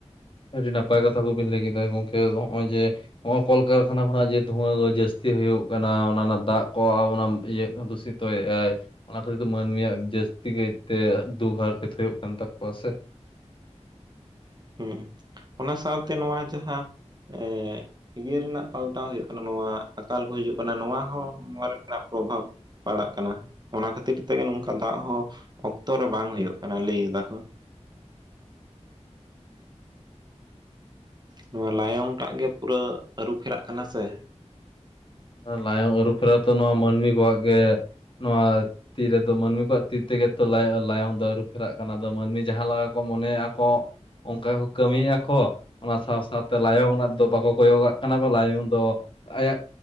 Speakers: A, on the left; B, on the right.
A: ᱟᱹᱰᱤ ᱱᱟᱯᱟᱭ ᱠᱟᱛᱷᱟ ᱠᱚᱵᱤᱱ ᱞᱟᱹᱭ ᱠᱮᱫᱟ ᱜᱚᱝᱠᱮ ᱱᱚᱜᱼᱚᱭ ᱡᱮ ᱱᱚᱭ ᱠᱚᱞᱠᱟᱨᱠᱷᱟᱱᱟ ᱠᱷᱚᱱᱟᱜ ᱡᱮ ᱫᱷᱩᱣᱟᱹ ᱠᱚ ᱡᱟᱹᱥᱛᱤ ᱦᱩᱭᱩᱜ ᱠᱟᱱᱟ ᱚᱱᱟ ᱨᱮᱱᱟᱜ ᱫᱟᱜ ᱠᱚ ᱚᱱᱟ ᱤᱭᱟᱹ ᱫᱩᱥᱤᱛ ᱛᱚ ᱮᱭᱟᱭ ᱚᱱᱟ ᱠᱷᱟᱹᱛᱤᱨ ᱛᱮ ᱢᱟᱹᱱᱢᱤᱭᱟᱜ ᱡᱟᱹᱥᱛᱤ ᱠᱟᱭᱛᱮ ᱫᱩᱠ ᱦᱟᱨᱠᱮᱛ ᱦᱩᱭᱩᱜ ᱠᱟᱱ ᱛᱟᱠᱚᱣᱟ ᱥᱮ ᱾
B: ᱦᱩᱸ ᱚᱱᱟ ᱥᱟᱶᱛᱮ ᱱᱚᱣᱟ ᱡᱟᱦᱟᱸ ᱮ ᱤᱭᱟᱹ ᱨᱮᱱᱟᱜ ᱯᱟᱞᱴᱟᱣ ᱦᱩᱭᱩᱜ ᱠᱟᱱᱟ ᱱᱚᱣᱟ ᱟᱠᱟᱞ ᱠᱚ ᱦᱤᱡᱩᱜ ᱠᱟᱱᱟ ᱱᱚᱣᱟ ᱦᱚᱸ ᱱᱚᱣᱟ ᱨᱮᱱᱟᱜ ᱯᱨᱚᱵᱷᱟᱵᱽ ᱯᱟᱲᱟᱜ ᱠᱟᱱᱟ ᱚᱱᱟ ᱠᱷᱟᱹᱛᱤᱨ ᱛᱮᱜᱮ ᱱᱚᱝᱠᱟ ᱫᱟᱜ ᱦᱚᱸ ᱚᱠᱛᱚ ᱨᱮ ᱵᱟᱝ ᱦᱩᱭᱩᱜ ᱠᱟᱱᱟ ᱞᱟᱹᱭ ᱫᱟᱠᱚ ᱾ ᱱᱚᱣᱟ ᱞᱟᱭᱚᱝ ᱴᱟᱜ ᱜᱮ ᱯᱩᱨᱟᱹ ᱟᱹᱨᱩ ᱯᱷᱮᱨᱟᱜ ᱠᱟᱱᱟ ᱥᱮ ᱾
A: ᱞᱟᱭᱚᱝ ᱟᱹᱨᱩ ᱯᱷᱮᱨᱟᱣ ᱛᱚ ᱱᱚᱣᱟ ᱢᱟᱹᱱᱢᱤ ᱠᱚᱣᱟᱜ ᱜᱮ ᱱᱚᱣᱟ ᱛᱤ ᱨᱮᱫᱚ ᱢᱟᱹᱱᱢᱤ ᱠᱚᱣᱟᱜ ᱛᱤ ᱛᱮᱜᱮ ᱛᱚ ᱞᱟᱭᱚᱝ ᱫᱚ ᱟᱹᱨᱩ ᱯᱷᱮᱨᱟᱜ ᱠᱟᱱᱟ ᱫᱚ ᱢᱟᱹᱱᱢᱤ ᱡᱟᱦᱟᱸ ᱞᱮᱠᱟ ᱠᱚ ᱢᱚᱱᱮᱮᱜᱼᱟ ᱠᱚ ᱚᱱᱠᱟ ᱜᱮᱠᱚ ᱠᱟᱹᱢᱤᱭᱮᱼᱟ ᱠᱚ ᱚᱱᱟ ᱥᱟᱶ ᱥᱟᱶ ᱥᱟᱶᱛᱮ ᱞᱟᱭᱚᱝ ᱨᱮᱱᱟᱜ ᱫᱚ ᱵᱟᱠᱚ ᱠᱚᱭᱚᱜᱟᱜ ᱠᱟᱱᱟ ᱠᱚ ᱞᱟᱭᱚᱝ ᱫᱚ ᱟᱭᱟᱜ